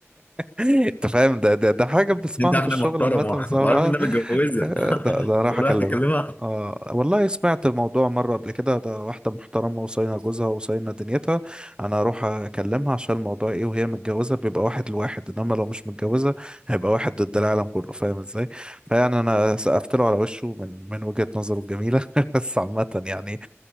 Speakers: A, on the right; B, on the left.
A: انت فاهم ده ده ده حاجة بنسمعها
B: انت عارف
A: في
B: انها
A: الشغل
B: محترمه
A: عامة
B: <laughs>
A: بس هو-
B: وعارف
A: آه،
B: انها متجوزه
A: آه، ده
B: <laughs>
A: ده أنا راح
B: ورايح
A: اكلمها
B: تكلمها
A: اه والله سمعت موضوع مرة قبل كده ده واحدة محترمة وصاينة جوزها وصاينة دنيتها انا اروح اكلمها عشان الموضوع ايه وهي متجوزة بيبقى واحد لواحد انما لو مش متجوزة هيبقى واحد ضد العالم كله فاهم ازاي فيعني انا سقفت له على وشه من من وجهة نظره الجميلة <laughs> بس عامة يعني